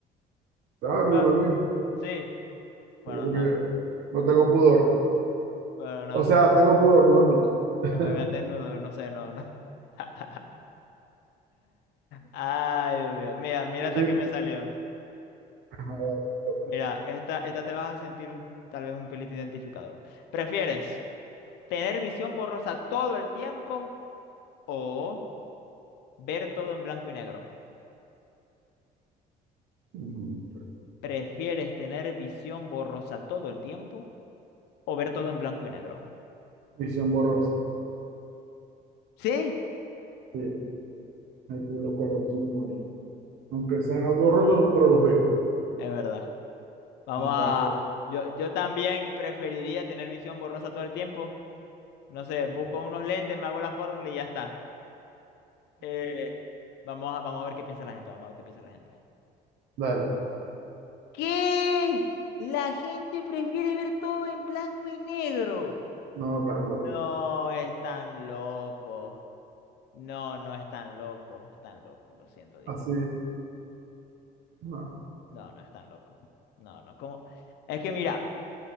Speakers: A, on the right; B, on the left.
A: Claro,
B: Ah,
A: yo también,
B: sí. Bueno,
A: sí, porque
B: no.
A: no tengo pudor.
B: Bueno, no.
A: O sea, tengo pudor, mejor dicho. <laughs>
B: Que me vean desnudo, no sé, no, no. <laughs> Ay, Dios mío. Mira, mira
A: Yo
B: hasta
A: soy-
B: que me salió.
A: Ajá, dale, te toca.
B: Mira, esta, esta te vas a sentir un- tal vez un pelito identificado. ¿Prefieres tener visión borrosa todo el tiempo o ver todo en blanco y negro?
A: Mm,
B: ¿Prefieres tener visión borrosa todo el tiempo o ver todo en blanco y negro?
A: Visión borrosa.
B: Sí,
A: Sí, ahí tú los colores son muy bonitos. Aunque sean borrosos, pero los veo.
B: es verdad. Vamos
A: En
B: a...
A: cambio,
B: Yo, yo también preferiría tener visión borrosa todo el tiempo. No sé, busco unos lentes, me hago la fórmula y ya está. Eh, vamos a, vamos a ver qué piensa la gente, vamos a ver qué piensa la gente.
A: dale,
B: por favor. ¿Qué? La gente prefiere ver todo en blanco y negro.
A: no tan loco.
B: No, están locos. No, no están locos. Están locos, lo siento, disculpa.
A: Así, no.
B: No, no están locos. No, no, como. Es que mira,